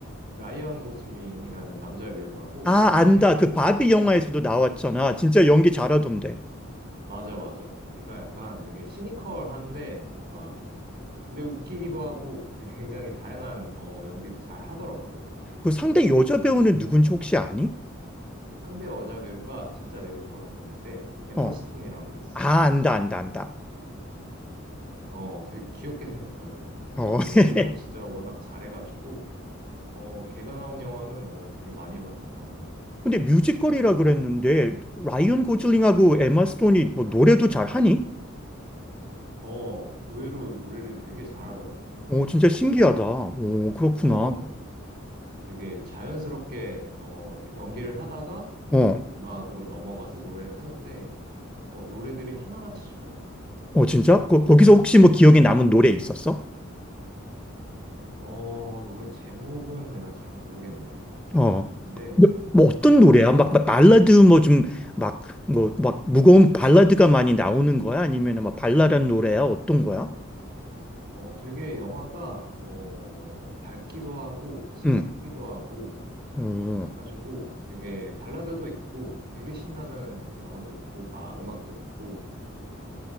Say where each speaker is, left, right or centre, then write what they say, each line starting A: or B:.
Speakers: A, on the right; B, in the centre.
A: 라이언 고슬링이라는 남자 배우하고,
B: 아, 안다.
A: 그리고,
B: 그 바비 영화에서도 나왔잖아. 진짜 연기 잘하던데.
A: 맞아, 맞아. 걔가 약간 되게 시니컬한데, 뭔가 좀, 근데 웃기기도 하고, 되게 굉장히 다양한 어, 연기를 잘 하더라고.
B: 그 상대 여자 배우는 누군지 혹시 아니?
A: 상대 여자 배우가 진짜 내가 좋아하는 배우인데, 엠마
B: 어,
A: 스톤이라고 있어.
B: 아, 안다, 안다, 안다.
A: 어, 되게 귀엽게 생겼거든. 그리고
B: 어. <laughs>
A: 연기도 진짜 워낙 잘해가지고, 어, 걔가 나온 영화는 어, 되게 많이 봤던 것 같아.
B: 근데 뮤지컬이라 그랬는데, 라이언 고슬링하고 에마 스톤이 뭐 노래도 잘하니?
A: 어, 의외로 노래를 되게 잘하더라고,
B: 오, 진짜
A: 거기서.
B: 신기하다. 오, 그렇구나.
A: 어, 되게 자연스럽게, 어, 연기를 하다가 이제
B: 어,
A: 음악으로 넘어가서 노래를 하는데, 어, 노래들이 하나같이 좋아.
B: 어, 진짜? 거, 거기서 혹시 뭐 기억에 남은 노래 있었어?
A: 어, 노래 제목은 내가 잘 모르겠네.
B: 어.
A: 근데,
B: 근데 뭐 어떤
A: 어,
B: 노래야? 막, 막 발라드 뭐 좀 막 뭐 막 무거운 발라드가 많이 나오는 거야? 아니면 막 발랄한 노래야? 어떤 거야?
A: 어, 되게 영화가, 어, 밝기도 하고, 슬프기도
B: 응.
A: 하고,
B: 어.
A: 해가지고 되게 발라드도 있고, 되게 신나는 영화도 있고, 아, 음악도 있고,